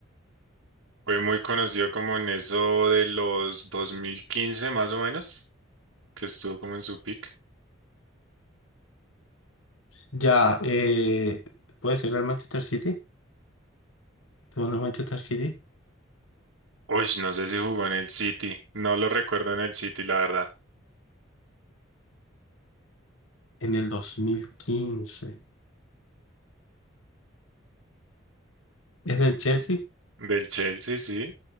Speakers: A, on the right; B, on the left.
A: fue muy conocido como en eso de los 2015 más o menos, que estuvo como en su pick.
B: Ya, eh, puede ser el Manchester City. Tuvo el Manchester City
A: Uy, no sé si jugó en el City, no lo recuerdo en el City, la verdad.
B: en el dos mil quince ¿Es del Chelsea?
A: Del Chelsea, sí.